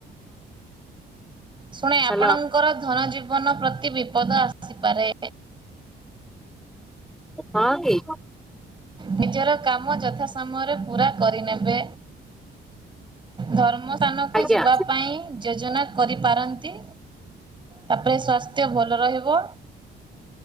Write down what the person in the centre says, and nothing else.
ହ୍ୟାଲୋ
ହଁ କି?
ଆଜ୍ଞା।